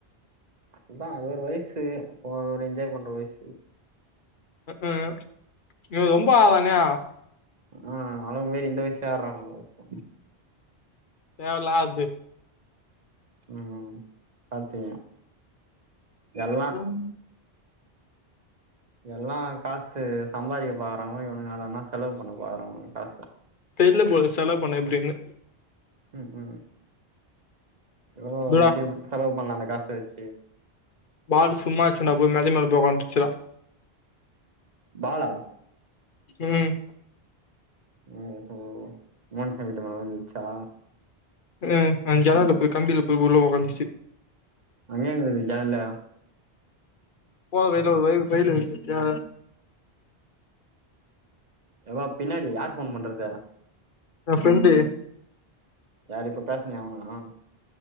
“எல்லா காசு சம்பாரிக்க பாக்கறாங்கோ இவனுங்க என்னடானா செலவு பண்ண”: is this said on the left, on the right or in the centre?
Right